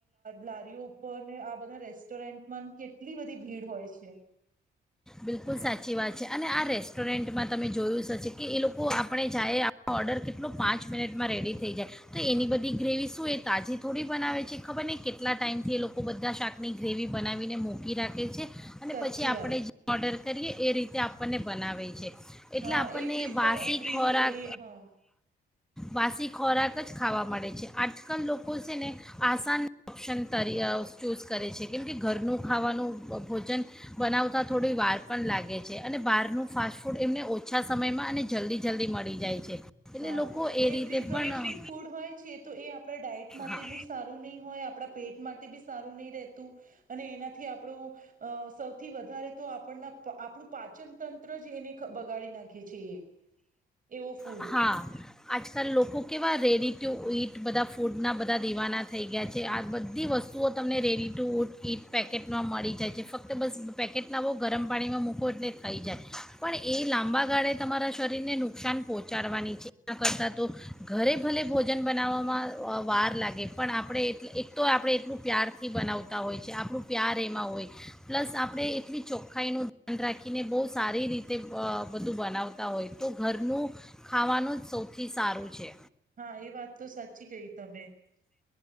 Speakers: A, on the right; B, in the centre.
A: લારીઓ ઉપર ને આ બધા રેસ્ટોરન્ટમાં કેટલી બધી ભીડ હોય છે
B: બિલકુલ સાચી વાત છે અને આ રેસ્ટોરન્ટમાં તમે જોયું હશે કે એ લોકો આપણે જાય આપનો ઓર્ડર કેટલો પાંચ મિનિટમાં રેડી થઈ જાય તો એની બધી ગ્રેવી શું એ તાજી થોડી બનાવે છે ખબર ને કેટલા ટાઈઇમથી એ લોકો બધા શાકની ગ્રેવી બનાવીને મૂકી રાખે છે. અને
A: સાચી
B: પછી આપડે
A: વાત
B: કરીએ એ રીતે આપણને બનાવે. છે, એટલે
A: હા
B: આપણને
A: એ પ્રિઝર્વ
B: વાષિક
A: પ્રી
B: ખોરાક
A: એ હા
B: વાષિક ખોરાક જ ખાવા મળે છે આજકાલ લોકો છે ને, આસાન ઓપ્શન ચૂઝ કરે છે કેમ કે ઘરનું ખાવાનું ભોજન, બનાવતા તથં થોડી વાર પણ લાગે છે અને બહારનું ફાસ્ટ ફૂડ એમને ઓછા સમયમાં અને જલ્દી જલ્દી મળી જાય છે. એટલે
A: હા,
B: લોકો
A: એ
B: રીતે
A: પ્રિઝર્વેશન
B: પણ
A: ફૂડ હોય છે તો એ આપણા ડાયટ માટે
B: હા
A: બી સારું નહીં હોય આપણા પેટ માટે બી સારું નહી રહેતું. અને એનાથી આપણું, અ સૌથી વધારે તો આપણના આપણું પાચન તંત્ર જ એને બગાડી નાખે. રાખે છીએ. એવો ફૂડ.
B: હા આજકાલ લોકો કેવા રેડી ટુ ઈટ બધા ફૂડના બધા દીવાના થઈ ગયા છે આ બધી વસ્તુઓ તમને રેડી ટુ ટ ઈટ પેકેટમાં મળી જાય છે ફક્ત બસ પેકેટ લાવો ગરમ પાણીમાં મૂકો એટલે થઈ જાય, પણ એ લાંબા ગાળે તમારા શરીરને નુકસાન પહોંચે. ચાડવાની છે કરતાં તો, ઘરે ભલે ભોજન બનાવવામાં વાર લાગે પણ આપણે એ એક તો આપણે એટલું પ્યારથી બનાવતા હોય છે, આપણું પ્યાર એમાં હોય પ્લસ આપણે એટલી ચોખ્ખાઈનું ધ્યાન રાખીને બહુ સારી રીતે બધું બનાવતા હોય તો ઘરનું. ખાવાનું જ સૌથી સારું છે.
A: હા એ વાત તો સાચી કઈ તમે.